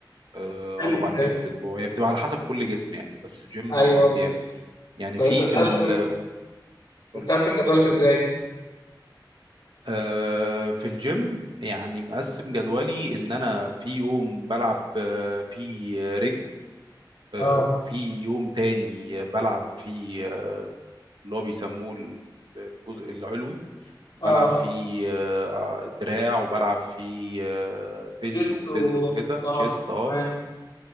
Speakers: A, on the right (about 80°); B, on the left (about 60°).
A: آه،
B: حلو
A: أربع
B: حلو
A: أيام في الأسبوع هي بتبقى على حسب كل جسم يعني بس الجيم
B: ايوه
A: أربع
B: بالظبط
A: أيام يعني
B: طب
A: في
B: انت بتقسم
A: في ال قول.
B: بتقسم جدولك ازاي
A: آه، في الجيم يعني مقسم جدولي إن أنا في يوم بلعب آه، فيه رجل آه،
B: اه
A: وفي يوم تاني بلعب فيه اللي هو بيسموه الجزء العلوي بلعب
B: اه
A: فيه آه، دراع وبلعب فيه آه، بنش
B: جزء
A: وصدر
B: و
A: وكده
B: اه
A: تشيست اه
B: تمام.